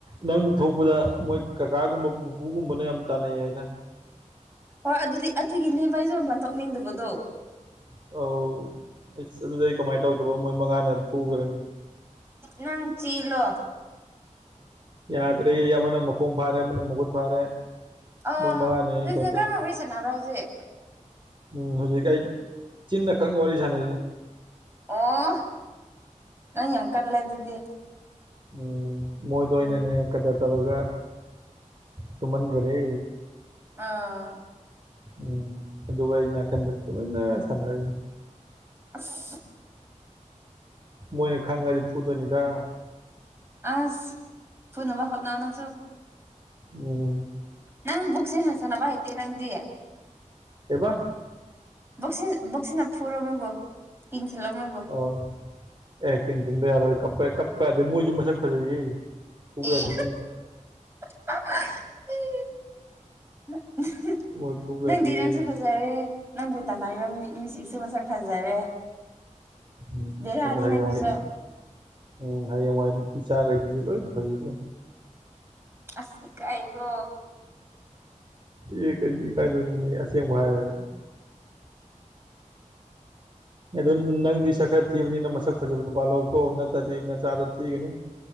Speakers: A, on the right; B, on the right.
A: ꯅꯪ ꯊꯣꯛꯄꯗ ꯃꯣꯏ ꯀꯀꯥꯒꯨꯝꯕ ꯄꯨꯄꯨꯒꯨꯝꯕꯅ ꯌꯥꯝ ꯇꯥꯟꯅꯩ ꯍꯥꯏꯅ
B: ꯍꯣꯏ ꯑꯗꯨꯗꯤ ꯑꯗꯨꯒꯤꯅꯦꯚ ꯑꯩꯖꯣꯔꯄꯥꯟ ꯊꯣꯛꯣꯛꯅꯤꯡꯗꯕꯗꯣ
A: ꯑꯧ ꯑꯩꯁ ꯑꯗꯨꯗꯩ ꯀꯃꯥꯏꯅ ꯇꯧꯗꯕ ꯃꯣꯏ ꯃꯉꯥꯅ ꯐꯨꯈ꯭ꯔꯅꯤ
B: ꯅꯪ ꯆꯦꯜꯂꯣ
A: ꯌꯥꯗ꯭ꯔꯦ ꯑꯃꯅ ꯃꯈꯣꯡ ꯐꯥꯔꯦ ꯑꯃꯅ ꯃꯈꯨꯠ ꯐꯥꯔꯦ
B: ꯑꯥ
A: ꯃꯣꯏ ꯃꯉꯥꯅꯦ
B: ꯑꯗꯨꯗꯤ
A: ꯏꯇꯣꯝꯇ
B: ꯅꯪ ꯀꯔꯝꯝꯕ ꯋꯥꯔꯤ ꯁꯥꯟꯅꯕ꯭ꯔꯣ ꯍꯧꯖꯤꯛ
A: ꯎꯝ ꯍꯧꯖꯤꯛ ꯑꯩ ꯆꯤꯟꯅ ꯈꯛꯅꯤ ꯋꯥꯔꯤ ꯁꯥꯟꯅꯔꯤꯁꯦ
B: ꯑꯣ ꯅꯪ ꯌꯥꯝ ꯀꯜꯂꯦ ꯑꯗꯨꯗꯤ
A: ꯎꯝ ꯃꯣꯏꯗꯣ ꯑꯩꯅꯅꯦ
B: ꯎꯝ
A: ꯀꯗꯔ ꯇꯧꯔꯒ ꯇꯨꯃꯟꯒꯔꯦ
B: ꯑꯥ
A: ꯎꯝ ꯑꯗꯨꯒ ꯑꯩ ꯅꯀꯟꯗ ꯇꯨꯃꯤꯟꯅ ꯁꯥꯟꯅꯔꯤꯅꯦ
B: ꯑꯁ
A: ꯃꯣꯏꯅ ꯈꯪꯉꯗꯤ ꯐꯨꯗꯣꯏꯅꯤꯗ
B: ꯑꯁ ꯐꯨꯅꯕ ꯍꯣꯠꯅꯧ ꯅꯪꯁꯨ
A: ꯎꯝ
B: ꯅꯪ ꯕꯨꯛꯁꯦ ꯆꯅꯥꯕ ꯍꯥꯏꯇꯦ ꯅꯪꯗꯤ
A: ꯀꯩꯕꯥ
B: ꯕꯣꯛꯁꯤꯟ ꯕꯣꯀꯁꯤꯡꯅ ꯐꯨꯔꯣ ꯃꯣꯏꯕꯨ ꯀꯤꯟ ꯊꯤꯂꯣ ꯃꯣꯏ
A: ꯑꯎ ꯑꯦ ꯇꯤꯟ ꯊꯤꯟꯕ ꯌꯥꯔꯣꯏ ꯀꯞꯄ ꯌꯥꯗꯦ ꯃꯣꯏꯁꯨ ꯃꯁꯛ ꯐꯖꯩꯌꯦ ꯐꯨꯕ
B: ꯑꯦ
A: ꯌꯥꯗꯤꯌꯦ
B: <unintelligible>
A: ꯃꯣꯏ ꯐꯨꯕ
B: ꯅꯪꯗꯤ
A: ꯌꯥꯗꯤꯌꯦ
B: ꯅꯪꯁꯨ ꯐꯖꯔꯦ ꯅꯪꯕꯨ ꯇꯥꯟꯅꯔꯤꯕ ꯃꯤ ꯃꯤꯁꯤꯡꯁꯨ ꯃꯁꯛ ꯐꯖꯔꯦ
A: ꯎꯝ
B: ꯕꯦꯔꯥꯅꯤ
A: ꯑꯗꯣ ꯍꯌꯦꯡꯋꯥꯏ
B: ꯅꯪꯒꯤꯖꯨ
A: ꯎꯝ ꯍꯌꯦꯡꯋꯥꯏ ꯏꯆꯥꯈꯩꯗꯨꯁꯨ ꯂꯣꯏ ꯐꯖꯗꯦ
B: ꯑꯁ ꯏꯀꯥꯏꯀꯣ
A: ꯑꯦ ꯀꯩꯒꯤ ꯏꯀꯥꯎꯗꯨꯏꯅꯣ ꯑꯁꯦꯡꯕ ꯍꯥꯏꯔꯒ ꯑꯗꯣ ꯅꯪꯗꯤ ꯁꯛ ꯈꯔ ꯊꯤꯕꯅꯤꯅ ꯃꯁꯛ ꯐꯖꯕ ꯅꯨꯄꯥꯜ ꯂꯧꯀꯣ ꯅꯠꯇ꯭ꯔꯗꯤ ꯅꯆꯥꯗꯣ ꯊꯤꯒꯅꯤ